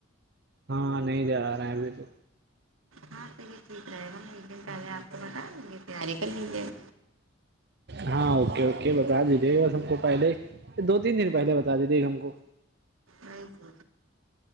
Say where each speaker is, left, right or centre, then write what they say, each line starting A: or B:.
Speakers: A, on the right (about 50°); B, on the right (about 80°).
A: ہاں نہیں جا رہے ہیں ابھی تو
B: ہاں تو یہ ٹھیک رہے گا میں ایک دن پہلے آپ کو بتاؤں یہ تیاری کر لیجیے گا
A: ہاں اوکے اوکے بتا دیجے گ بس ہم کو پہلے دو تین دن پہلے بتا دیجے ہم کو
B: آئی تو